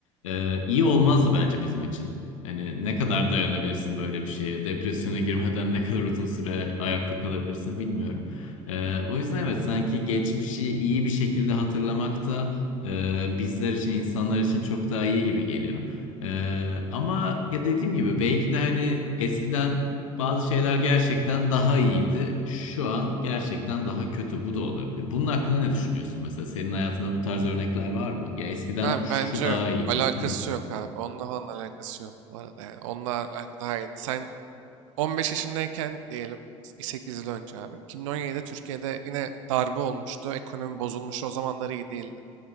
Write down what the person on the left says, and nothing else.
e, iyi olmazdı bence bizim için. Hani ne kadar dayanabilirsin böyle bir şeye? Depresyona girmeden ne kadar uzun süre ayakta kalabilirsin bilmiyorum. Ee, o yüzden evet sanki geçmişi iyi bir şekilde hatırlamak da e, bizler için, insanlar için çok daha iyi gibi geliyor. Ee, ama ya dediğim gibi belki de hani eskiden bazı şeyler gerçekten daha iyiydi. Şu an gerçekten daha kötü. Bu da olabilir. Bunun hakkında ne düşünüyorsun mesela? Senin hayatında bu tarz örnekler var mı? Ya eskiden
şu
daha iyiydi.
Hmm.